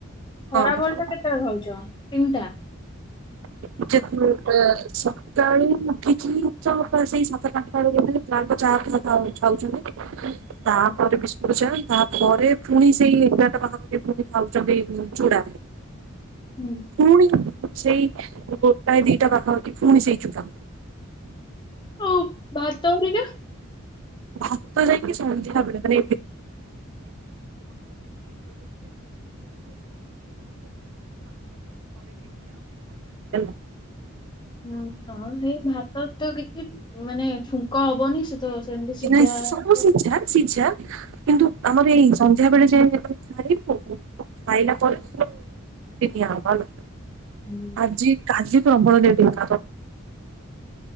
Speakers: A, on the left; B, on the right.
A: ଖରାବେଳ
B: ହଁ
A: ଟା କେତେବେଳେ ଖାଉଛ? ତିନଟା?
B: <inaudible> ସକାଳୁ ଉଠିକି କି ଉଞ୍ଚ ସେଇ ସାତ କାଠ ତାଙ୍କ ଚା <inaudible> ତାପରେ
A: ହୁଁ
B: ବିସ୍କୁଟ ଚା ତାପ ପରେ ପୁଣି ସେଇ ଏଗାରଟା ପାଖା ପାଖି ପୁଣି ଖାଉଛନ୍ତି ଉମ୍ ଚୁଡା।
A: ହୁଁ
B: ପୁଣି ସେଇ ଗୋଟା ଦିଟା ପାଖାପାଖି ପୁଣି ସେଇ ଚୁଡ଼ା।
A: ହଉ ଭାତ ହେରିକା
B: ଭାତ ଯାଇକି ସନ୍ଧ୍ୟାବେଳେ <inaudible>
A: ହୁଁ ତ ସେଇ ଭାତ ତ କିଛି ମାନେ ଛୁଙ୍କ ହବନି ସେ ତ ସେମିତି
B: କେ
A: ସିଝା
B: ନାଇ ସବୁ
A: ହବ।
B: ସିଝା ସିଜା କିନ୍ତୁ ଆମର ଏଇ ସନ୍ଧ୍ୟା ବେଳେ ଯେ <unintelligible> ଖାଇବୁ ଖାଇଲା ପରେ <inaudible> ନିଆବ ହେଲା
A: ହୁଁ।
B: ଆଜି କାଲି ପ୍ରବଳ ଲେଟ <inaudible>